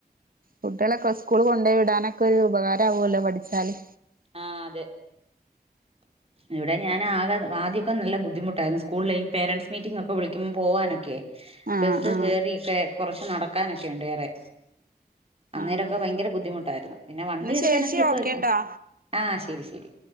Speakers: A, on the right; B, on the right.
A: കുട്ടികളൊക്കെ സ്കൂള് കൊണ്ടോയ് വിടാനൊക്ക ഒരു ഉപകാരാവൂല്ലോ പഠിച്ചാല്
B: ആഹ് അതെ ഇവിടെ ഞാനാകെ ആദ്യയൊക്കനല്ല ബുദ്ധിമുട്ടാര്ന്നു. സ്കൂളിലെ ഈ പേരൻസ്മീറ്റിങ്ങൊക്ക വിളിക്കുമ് പോവാന് കെ
A: ആഹ്
B: ബസ്
A: ആഹ്
B: കേറിക്കെ കൊറ്ച്ച് നടക്കാനൊക്കെയൊണ്ട് ഏറെ അന്നേരവൊക്കെ
A: ആഹ്
B: ഭയ്ങ്കര ബുദ്ധിമുട്ടാരുന്നു. പിന്നെ വണ്ടി
A: എന്നാ
B: എട്ക്കാനൊക്കെ
A: ചേച്ചി
B: ഇപ്പ,
A: ഓക്കേട്ടോ
B: ആഹ് ശെരി ശെരി